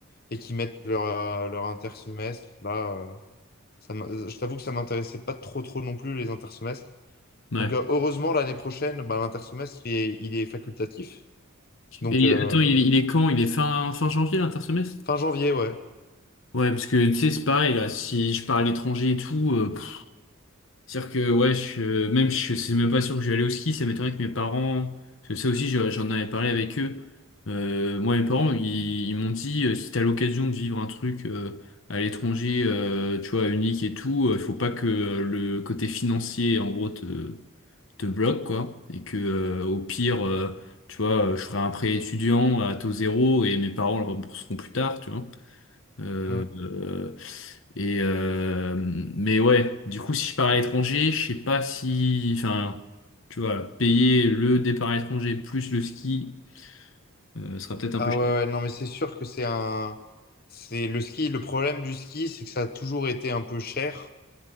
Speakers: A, on the left (about 45°); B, on the left (about 65°).
A: et, et qu'ils mettent leur, euh, leur intersemestre. Là, euh, ça m'a- je t'avoue que ça m'intéressait pas trop, trop non plus, les intersemestres.
B: ouais.
A: Donc, euh, heureusement, l'année prochaine, bah, l'intersemestre, il est, il est facultatif. Donc,
B: Et
A: euh,
B: attends, il est, il est quand? Il est fin, fin janvier, l'intersemestre?
A: fin janvier, ouais.
B: Ouais, parce que tu sais, c'est pareil, là, si je pars à l'étranger et tout, euh, pff, c'est-à-dire que, ouais, je, euh, même, je c'est même pas sûr que je vais aller au ski, ça m'étonnerait que mes parents, parce que ça aussi, je- j'en avais parlé avec eux. Euh, moi, mes parents, ils, ils m'ont dit, euh, si t'as l'occasion de vivre un truc euh, à l'étranger, euh, tu vois, unique et tout, il faut pas que euh, le côté financier, en gros, te, te bloque, quoi. Et que euh, au pire, euh, tu vois, euh, je ferai un prêt étudiant à taux zéro et mes parents le rembourseront plus tard, tu vois. Euh,
A: Mm.
B: euh, et euh, mais ouais, du coup, si je pars à l'étranger, je sais pas si, enfin, tu vois, payer le départ à l'étranger plus le ski, euh, sera peut-être un
A: Ah
B: peu cher.
A: ouais, ouais, non, mais c'est sûr que c'est un. C'est le ski. Le problème du ski, c'est que ça a toujours été un peu cher.